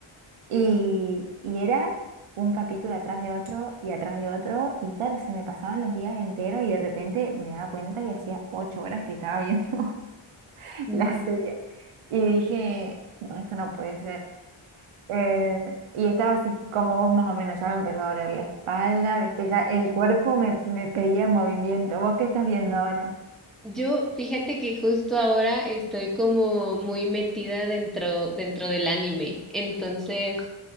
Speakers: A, on the right (about 80°); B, in the centre.
A: Y, y era un capítulo atrás de otro y atrás de otro. Y claro, se me pasaban los días enteros y de repente me daba cuenta y hacía ocho horas que estaba viendo <laughs>
B: No.
A: la serie. Y dije, no, esto no puede ser. Eh, y estaba así como vos más o menos, ya me empezó a doler la espalda, viste, ya el cuerpo me, me pedía movimiento. ¿Vos qué estás viendo ahora?
B: Yo, fíjate que justo ahora estoy como muy metida dentro, dentro del anime. Entonces,